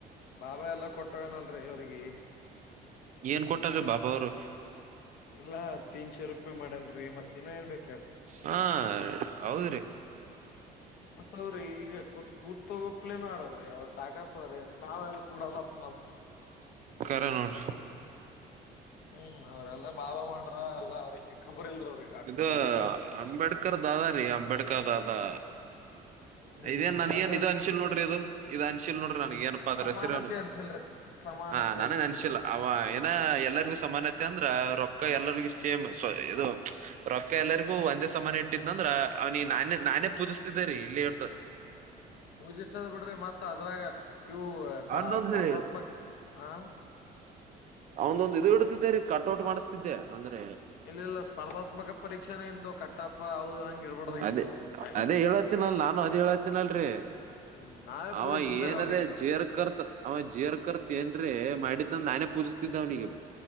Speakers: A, on the left; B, on the right.
A: ಬಾಬಾ ಎಲ್ಲಾ ಕೊಟ್ಟೋಗನಲ್ರಿ ಅವ್ರಿಗಿ
B: ಏನ್ ಕೊಟ್ಟಾರೀ ಬಾಬಿ ಅವರು
A: ಎಲ್ಲಾ ತೀನ್ಶೇ ರೂಪಾಯಿ ಮಾಡ್ಯನ್ರಿ ಮತ್ ಇನ್ನ ಏನ್ ಬೇಕ್ ಹೇಳ್ರಿ
B: ಹಾ ಹೌದ್ರಿ.
A: ಮತ್ತ ಅವ್ರ ಈಗತ್ ಗುರ್ತೋಗೋಪ್ಲೇನ ಆರದು ಯಾವ ತಾಗ <unintelligible> ನಾವೆಲ್ಲ ಕೂಡದಪ್
B: ಕರೆ ನೋಡ್ರಿ
A: ಹ್ಮ್ ಅವ್ರೆಲ್ಲಾ ಬಾಬಾ ಮಾಡ್ರ ಎಲ್ಲಾ ಅವ್ರಿಗೆ ಖಬರ್ ಇಲ್ರಿ ಅವ್ರಿಗೆ ಆಟ
B: ಇದು
A: ಮಾಡಿದಾರಂದ
B: ಅಂಬೇಡ್ಕರ್ ದಾದ ರೀ ಅಂಬೇಡ್ಕರ್ ದಾದಾ.
A: ಹ್ಮ್
B: ಇದೇನ್ ನನ್ಗ
A: ಮತ್ತ
B: ಏನ್ ಇದ ಅನ್ಶೀಲ್ ನೋಡ್ರಿ ಇದು ಇದ ಅನ್ಶಿಲ್ ನೋಡ್ರಿ ನನ್ಗ ಏನಪ್ಪಾ ಅದರ್
A: ಸಮಾನತೆ
B: ಹೆಸರೇನು?
A: ಅನ್ಸಿಲ್ರಿ ಸಮಾನತೆ
B: ಹಾ ನನಗ್
A: ಅನ್ಸಿಲ್
B: ಅನ್ಸಿಲ್ಲ ಅವ ಏನ ಎಲ್ಲರಿಗೂ ಸಮಾನತೆ ಅಂದ್ರ ರೊಕ್ಕ ಎಲ್ಲರ ದು ಸೇಮ್ ಸಾರಿ ಇದು ರೊಕ್ಕ ಎಲ್ಲರಿಗು ಒಂದೇ ಸಮಾನ ಇಟ್ಟಿದ್ನಂದ್ರ ಅವ್ನಿಗ್ ನಾನೇ ನಾನೇ ಪೂಜಿಸ್ತಿದ್ದೇರೀ ಇಲ್ಲಿ ಎಟು.
A: ಪೂಜಿಸವ್ ಬಿಡ್ರಿ ಮತ್ತ್ ಅದ್ರಾಗ ಇವು
B: ಅವನೊಂದು
A: ಸ್ಪರ್ಧಾತ್ಮಕ್ ಆ
B: ಅವಂದೊಂದು ಇದು ಇಡ್ತಿದ್ದೆ ರೀ ಕಟೌಟ್ ಮಾಡಿಸ್ತಿದ್ದೆ ಅಂದ್ರೆ ಅದ್ರ
A: ಇಲ್ಲ ಇಲ್ಲ ಸ್ಪರ್ಧಾತ್ಮಕ ಪರೀಕ್ಷೆನೇ ಇಂತವ್ ಕಟ್ಟಪ್ಪ ಅವು ಹಂಗ ಇರ್ಬಾರ್ದಾಗಿತ್ರಿ
B: ಅದೇ
A: ಅವ ಪೈಲ
B: ಅದೇ
A: ಮತ್
B: ಹೇಳತ್ತಿನಲ್ ನಾನು ಅದೇ ಹೇಳತ್ತಿನಲ್ರರಿ
A: ಹ್ಮ್ ನಾವೇ
B: ಅವ
A: ಪೂಜಿಸ್ತಿದ್ರಿ
B: ಏನರ್
A: ಅವನಿಗೆ
B: ಜೇರ್ ಕರ್ತ್ ಅವ ಜೇರ್ ಕರ್ತ್ ಏನ್ರೀ ಮಾಡ ಇ <unintelligible> ಪೂಜಿಸ್ತಿದ್ದವನಿಗೆ.